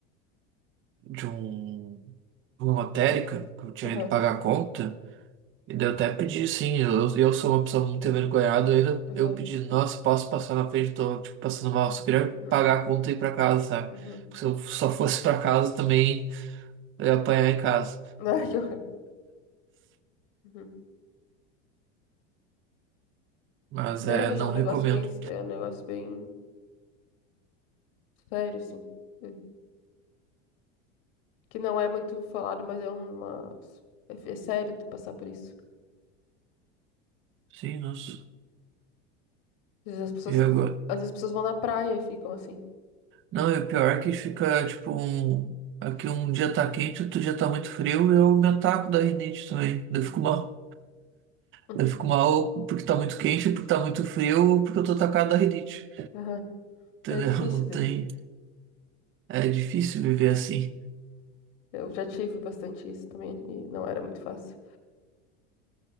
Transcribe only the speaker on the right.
de um de uma lotérica que eu tinha
ido pagar a conta. E daí eu até pedi, sim, eu, eu sou uma pessoa muito envergonhada, eu ainda
eu pedi, nossa, posso passar na frente, tô tipo, passando mal, só queria
pagar a conta e ir pra casa, sabe?
Porque se eu só fosse pra casa também eu ia apanhar em casa.
Mas
é,
não
recomendo.
Sim, nossa.
E
agora?
Não, e o pior é que fica tipo um. Aqui um dia tá quente, outro dia tá muito frio, eu me ataco da rinite também. Daí
Eu fico uma
Eu fico mal porque tá muito quente, porque tá muito frio, ou porque eu tô atacado da rinite.
Entendeu?
<laughs> Não
tem. É difícil viver assim.